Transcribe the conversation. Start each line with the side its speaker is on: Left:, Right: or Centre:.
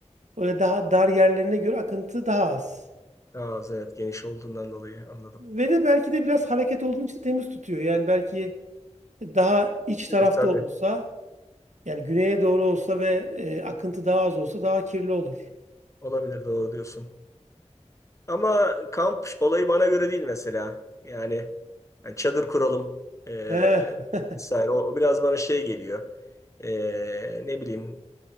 Right: öyle daha dar yerlerine göre akıntı daha az.
Left: Ağız evet geniş olduğundan dolayı anladım.
Right: Ve de belki de biraz hareket olduğu için temiz tutuyor. Yani belki daha iç tarafta
Left: Olabilir tabii.
Right: olursa yani güneye doğru olsa ve e, akıntı daha az olsa daha kirli olur.
Left: Olabilir doğru diyorsun. Ama kamp olayı bana göre değil mesela. Yani, yani çadır kuralım. Ee,
Right: He. <laughs>
Left: vesaire. O, o biraz bana şey geliyor. Ee, ne bileyim